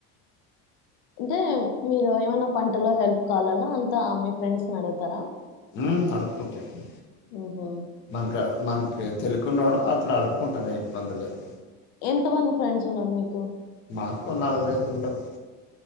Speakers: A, on the left; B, on the left.
A: అంటే మీరు ఏమన్న పంటలో హెల్ప్ కావాలన్న, అంతా మీ ఫ్రెండ్స్ ను అడుగుతారా?
B: ఉమ్, అడుక్కుంటది
A: ఊహూ
B: మాన్కాడా, మంక్. ఏద్ తెలియకున్నోడు, అట్లా అడుక్కుంటనే ఇబ్బంది లేదు.
A: ఎంత మంది ఫ్రెండ్స్ ఉన్నారు మీకు?
B: మాక్, ఓ నాలుగురైదుగురు ఉంటరు.